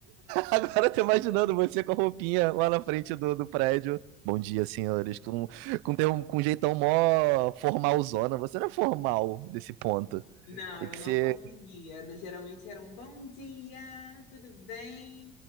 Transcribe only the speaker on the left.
Não,
eu
não
conseguia. No- Geralmente era um bom dia, tudo bem?